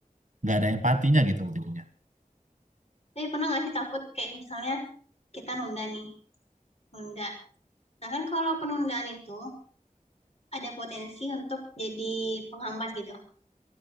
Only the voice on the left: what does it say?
Tapi pernah nggak sih takut kayak misalnya kita nunda nih, nunda. Nah kan kalau penundaan itu ada potensi untuk jadi penghambat gitu.